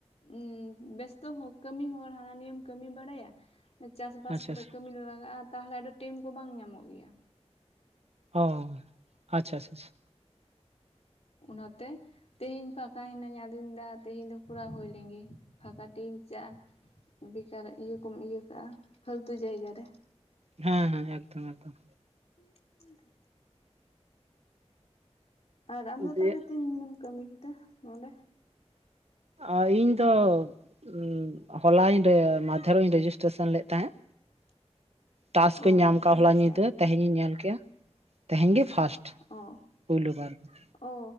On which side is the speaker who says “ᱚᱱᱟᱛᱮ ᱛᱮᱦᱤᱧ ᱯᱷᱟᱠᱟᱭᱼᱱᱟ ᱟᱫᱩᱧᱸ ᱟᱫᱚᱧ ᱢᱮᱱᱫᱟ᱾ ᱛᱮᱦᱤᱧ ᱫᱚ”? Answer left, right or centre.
Left